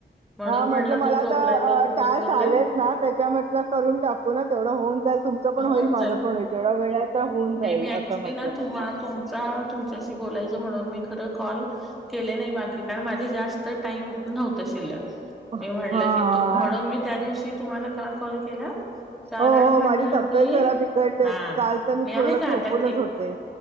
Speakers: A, in the centre; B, on the right.
A: म्हणून
B: हा
A: म्हणलं
B: म्हटलं मला
A: तो झोपलाय
B: तर
A: फोन
B: टास
A: करूया
B: आलेत ना त्याच्यामटलं करून टाकू ना तेवढं होऊन जाईल तुमच पण
A: होऊन
B: होईल माझं
A: जाईल.
B: पण होईल जेवढ्या वेळ आता होऊन
A: नाही
B: जाईल
A: मी
B: असं
A: ऍक्च्युली
B: म्हंटलं
A: ना तुम्हा
B: म
A: तुमचा तुमच्याशी म्हणून मी खर कॉल के नाही बाकी कारण माझे जास्त टाईम नव्हत शिल्लक
B: हां.
A: मी म्हणलं की म्हणून मी त्या दिवशी तुम्हाला का कॉल केला कारण
B: हो, हो.
A: म्हणलं
B: माझी तब्येत
A: की
B: जरा बिघडली
A: हा
B: होती. काल तर
A: मी आहे
B: पूर्ण
A: का
B: झोपूनच
A: आता ठीक
B: होते.